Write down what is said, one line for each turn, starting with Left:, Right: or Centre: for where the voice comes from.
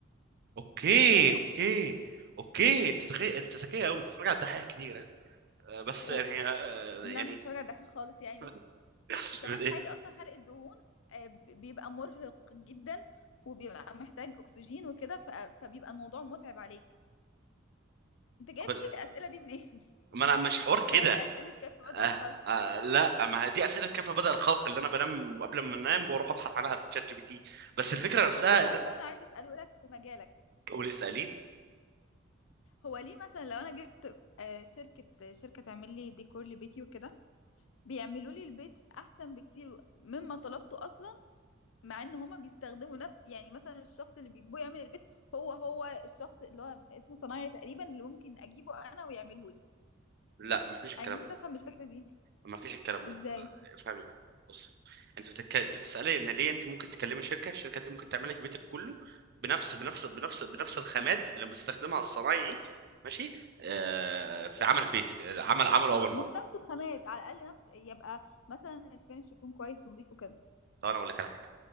Right: اوكي
Left: فاهم
Right: اوكي اوكي انت ذكي انت ذكيه قوي بتتفرج على الدحيح كتير ها؟ آه، بس
Left: و...
Right: يعني آه،
Left: لا
Right: يعني
Left: مش بتفرج على الدحيح خالص يعني
Right: <laughs>
Left: بس كمان
Right: إيه؟
Left: حاجه اصلا حرق الدهون آه، ب- بيبقى مرهق جدا وبيبقى محتاج اكسجين وكده ف... فبيبقى الموضوع متعب عليك انت جايب
Right: طب
Left: لي الاسئله دي منين <laughs>
Right: ما انا مش حوار كده
Left: ولا دي اسئله كيف بدأ
Right: آه.
Left: الخلق
Right: آه. لا ما هي دي اسئله كيف بدا الخلق اللي انا بنام قبل ما انام واروح ابحث عنها في تشات جي بي تي بس الفكره نفسها
Left: طب في سؤال
Right: ده
Left: بقى انا عايزه اساله لك في مجالك
Right: قولي اسالين
Left: هو ليه مثلا لو انا جبت آه، شركه شركه تعمل لي ديكور لبيتي وكده بيعملوا لي البيت احسن بكتير مما طلبته اصلا مع ان هما بيستخدموا نفس يعني مثلا الشخص اللي بيجيبوه يعمل البيت هو هو الشخص اللي هو اسمه صنايعي تقريبا اللي ممكن اجيبه انا ويعمله لي
Right: لا ما فيش الكلام
Left: انا نفسي
Right: ده
Left: افهم الفكره دي
Right: ما فيش الكلام ده
Left: ازاي
Right: آه، افهمي بقى بص انت بتك... انت بتسالي ان ليه انت ممكن تكلمي شركه الشركه دي ممكن تعمل لك بيتك كله بنفس بنفس بنفس بنفس الخامات اللي بيستخدمها الصنايعي ماشي آه... في عمل بيت عمل عمله اول مره
Left: مش نفس الخامات على الاقل نفس يبقى مثلا الفينش يكون كويس ونضيف وكده
Right: طب انا اقول لك على حاجه